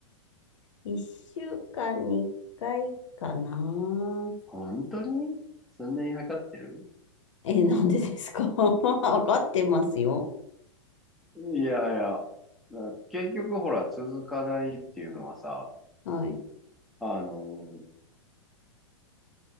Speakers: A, on the left (about 70°); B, in the centre.
A: 一週間に一回かな。
B: 本当にそんなに測ってる
A: <laughs> え、なんでですか <laughs> わかってますよ。
B: いやいや、だ結局ほら、続かないっていうのはさ、
A: はい。
B: あの、